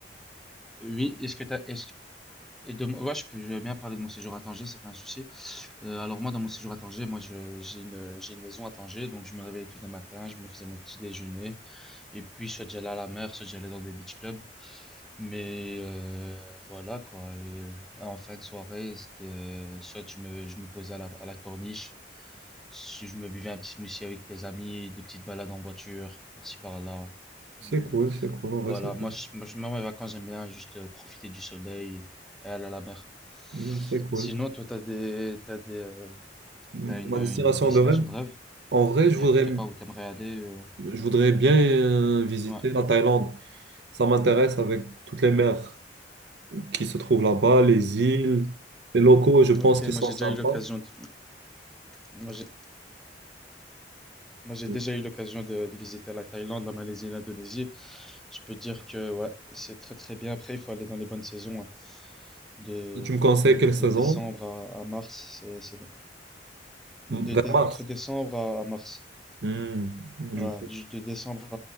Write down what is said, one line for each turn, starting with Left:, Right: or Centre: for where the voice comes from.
Centre: Oui, est-ce que tu as. Est-ce, et de, ouais, je peux je veux bien parler de mon séjour à Tanger, c'est pas un souci. Euh, alors, moi, dans mon séjour à Tanger, moi je, j'ai une, j'ai une maison à Tanger, donc je me réveillais tous les matins, je me faisais mon petit déjeuner, et puis soit j'allais à la mer, soit j'allais dans des beach clubs. Mais euh, voilà quoi. Et, euh, en fin de soirée, c'était euh, soit je me, je me posais à la, à la corniche, si je me buvais un petit smoothie avec des amis, des petites balades en voiture, par-ci par-là.
Right: C'est
Centre: Mm,
Right: cool, c'est cool, en
Centre: Voilà,
Right: vrai, c'est
Centre: moi,
Right: cool.
Centre: je, moi, je- moi, mes vacances, j'aime bien juste euh, profiter du soleil et aller à la mer.
Right: Mm, C'est cool.
Centre: Sinon, toi, t'as des, t'as des, euh,
Right: Mm,
Centre: t'as une,
Right: Ma
Centre: une
Right: destination
Centre: destination
Right: de rêve,
Centre: de rêve?
Right: en vrai, je
Centre: Il
Right: voudrais,
Centre: y a quelque part où t'aimerais aller? euh,
Right: je voudrais bien euh, visiter
Centre: Ouais.
Right: la Thaïlande. Ça m'intéresse avec toutes les mers qui se trouvent là-bas, les îles, les locaux, je pense
Centre: Ok, moi
Right: qu'ils sont
Centre: j'ai
Right: sympas.
Centre: déjà eu l'occasion. de- Moi j'ai Moi, j'ai
Right: Mm.
Centre: déjà eu l'occasion de, de visiter la Thaïlande, la Malaisie et l'Indonésie. Je peux dire que ouais, c'est très très bien. Après, il faut aller dans les bonnes saisons. hein. De,
Right: Tu me conseilles
Centre: de,
Right: quelle
Centre: de
Right: saison?
Centre: décembre à, à mars, c'est, c'est-
Right: Mm,
Centre: de,
Right: Vers
Centre: dé-
Right: mars.
Centre: entre décembre à, à mars.
Right: Mm, Du
Centre: Ouais,
Right: coup,
Centre: du- de décembre